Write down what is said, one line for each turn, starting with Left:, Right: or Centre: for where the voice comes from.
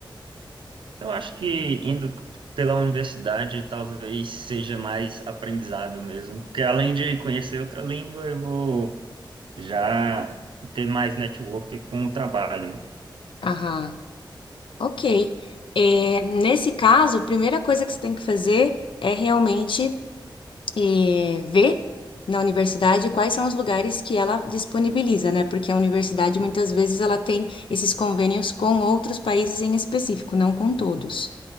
Right: Eu acho que indo pela universidade talvez seja mais aprendizado mesmo, porque além de conhecer outra língua, eu vou já ter mais network com o trabalho.
Left: Aham, ok. É, nesse caso, a primeira coisa que você tem que fazer é realmente eh, ver na universidade quais são os lugares que ela disponibiliza, né? Porque a universidade muitas vezes ela tem esses convênios com outros países em específico, não com todos.